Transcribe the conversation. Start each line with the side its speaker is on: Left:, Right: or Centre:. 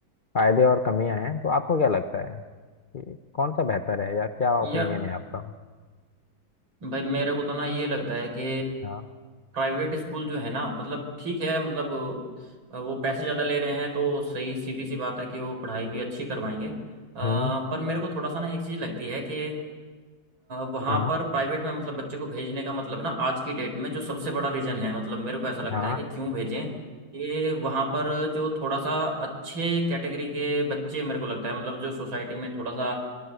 Left: फायदे और कमियां हैं तो आपको क्या लगता है कि कौन सा बेहतर है या क्या ओपिनियन
Right: यार
Left: है आपका
Right: भाई मेरे को तो ना ये लगता है कि
Left: हाँ
Right: प्राइवेट स्कूल जो है ना मतलब ठीक है मतलब अ, वो पैसे ज़्यादा ले रहे हैं तो सही सीधी सी बात है कि वो पढ़ाई भी अच्छी करवाएंगे अ,
Left: हम्म
Right: पर मेरे को थोड़ा सा ना एक चीज़ लगती है कि वहां
Left: हाँ
Right: पर प्राइवेट में मतलब बच्चे को भेजने का मतलब ना आज की डेट में जो सबसे बड़ा रीजन है मतलब मेरे को ऐसा लगता
Left: हाँ
Right: है कि क्यों भेजें कि वहां पर जो थोड़ा सा अच्छे कैटेगरी के बच्चे मेरे को लगता है मतलब जो सोसाइटी में थोड़ा सा